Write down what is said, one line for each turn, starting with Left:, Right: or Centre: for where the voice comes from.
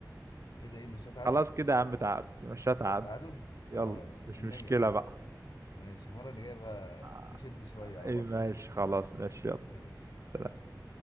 Left: كده ايه نشاء تعادل
Right: خلاص كده يا عم تعاد مش هتعد
Left: تعادل
Right: يلا
Left: اه سلمية
Right: مش مشكله بقى
Left: ماشي المرة اللي جاية بقى
Right: آه،
Left: نشد شوية على
Right: ايه
Left: بعضين
Right: ماشي خلاص ماشي يلا
Left: ماشي
Right: سلام
Left: خلاص.